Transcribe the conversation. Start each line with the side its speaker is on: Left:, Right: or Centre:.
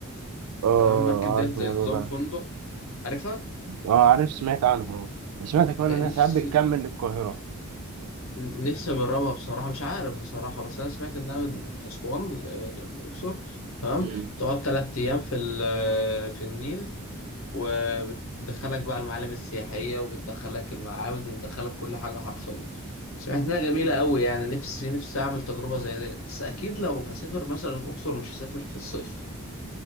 Right: آه
Left: تمام المركب ديت
Right: عارف
Left: زي
Right: الموضوع
Left: نظام
Right: ده
Left: فندق عارفها
Right: آه عارف سمعت عنه سمعت كمان
Left: أه
Right: إنها
Left: نفسي
Right: ساعات بتكمل للقاهرة
Left: نفسي أجربها بصراحة مش عارف بصراحة بس أنا سمعت إنها من من أسوان ل- للأقصر تمام
Right: مم.
Left: تقعد تلات أيام في ال- في النيل وبتدخلك بقى المعالم السياحية وبتدخلك المعابد وبتدخلك كل حاجة حرفيا سمعت إنها جميلة أوي يعني نفسي نفسي أعمل تجربة زي ديت بس أكيد لو هسافر مثلا الأقصر مش هسافر في الصيف